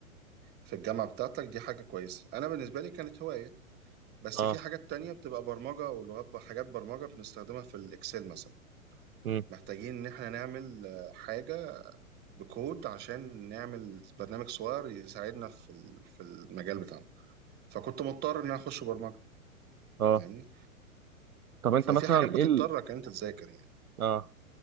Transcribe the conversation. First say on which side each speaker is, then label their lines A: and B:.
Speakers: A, on the right; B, on the right.
A: في الجامعة بتاعتك دي حاجة كويسة انا بالنسبة لي كانت هواية بس
B: اه
A: في حاجات تانية بتبقى برمجة ولغات حاجات برمجة بنستخدمها في الاكسل مثلا
B: امم
A: محتاجين ان احنا نعمل آه، حاجة بكود عشان نعمل برنامج صغير يساعدنا في ال- في المجال بتاعنا فكنت مضطر ان انا اخش برمجة
B: اه
A: يعني
B: طب انت
A: ففي
B: مثلا
A: حاجات بتضطرك
B: ايه ال...
A: إن انت تذاكر يعني
B: اه